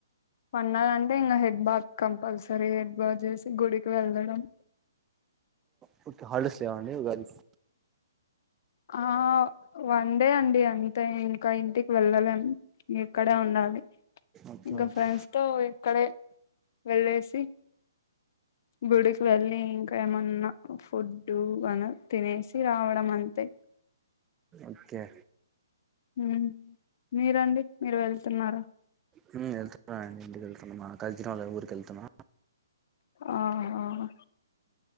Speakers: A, on the left (about 50°); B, on the right (about 15°).
A: పండగన్టే ఇంకా head bath compulsory head bath చేసి గుడికి వెళ్ళడం
B: ఇప్పుడు హాలిడేస్ లేవ లెవ్ గాయాస
A: ఆ వన్డే అండి అంతే ఇంకా ఇంటికి వెళ్ళలేం ఇక్కడే ఉండాలి
B: ఓకే
A: ఇంగ
B: ఓకే
A: ఫ్రెండ్స్ తో ఇక్కడే వెళ్ళేసి గుడికి వెళ్ళి ఇంకా ఏమన్నా ఫుడ్డు అన తినేసి రావడం అంతే
B: ఓకే
A: మ్మ్ మీరండి మీరు వెళ్తున్నారా
B: మ్మ్ వెళ్తున్నానండి ఇంటికి వెళ్తున్నమా కలిసి రాలే ఊరుకి వెళ్తున్నా
A: ఆహా ఆ